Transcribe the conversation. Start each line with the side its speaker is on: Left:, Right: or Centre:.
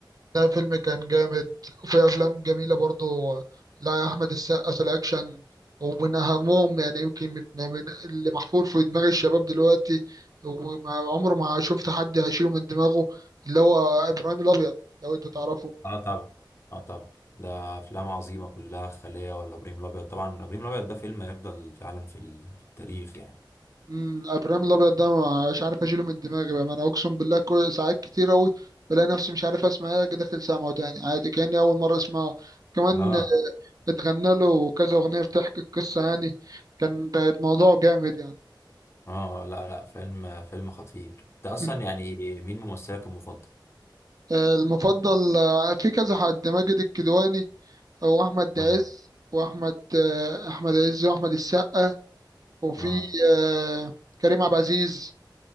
Right: ده فيلم كان جامد وفي افلام جميله برضه لاحمد السقا في الاكشن ومن اهمهم يعني يمكن من, من اللي محفور في دماغ الشباب دلوقتي وما عمره ما شفت حد هيشيله من دماغه اللي هو ابراهيم الابيض لو انت تعرفه
Left: اه طبعا اه طبعا ده افلام عظيمه كلها خليه ولا ابراهيم الابيض طبعا ابراهيم الابيض ده فيلم هيفضل فعلا في ال- في التاريخ يعني
Right: امم ابراهيم الابيض ده مش عارف اشيله من دماغي بقى انا اقسم بالله كل ساعات كتير اوي بلاقي نفسي مش عارف اسمع ايه أجي داخل سامعه تاني عادي كاني اول مره اسمعه كمان
Left: اه
Right: اتغنى له كذا اغنيه بتحكي القصه يعني كان الموضوع جامد يعني
Left: اه لا لا فيلم فيلم خطير انت اصلا
Right: <laughs> مم.
Left: يعني مين ممثلك المفضل
Right: آه، المفضل آه، في كذا حد ماجد الكدواني واحمد
Left: امم
Right: عز واحمد آه، احمد عز واحمد السقا وفي
Left: امم
Right: آه، كريم عبد العزيز